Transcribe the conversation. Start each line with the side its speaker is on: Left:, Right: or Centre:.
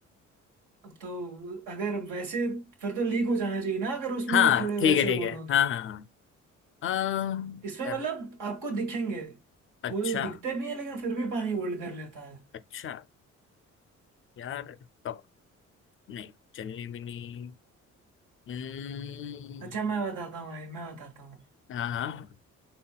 Right: अब तो अगर वैसे फिर तो लीक हो जाना चाहिए ना अगर उसमें
Left: हाँ
Right: थोड़े
Left: ठीक
Right: वैसे
Left: है ठीक
Right: होल
Left: है
Right: हो
Left: हाँ
Right: तो
Left: हाँ हाँ
Right: इसमें
Left: अ, यार,
Right: मतलब आपको दिखेंगे
Left: अच्छा
Right: होल दिखते भी हैं लेकिन फिर भी पानी होल्ड कर लेता है
Left: अच्छा यार कप नहीं चलनी भी नहीं हम्म,
Right: अच्छा मैं बताता हूँ भाई मैं बताता हूँ
Left: हाँ हाँ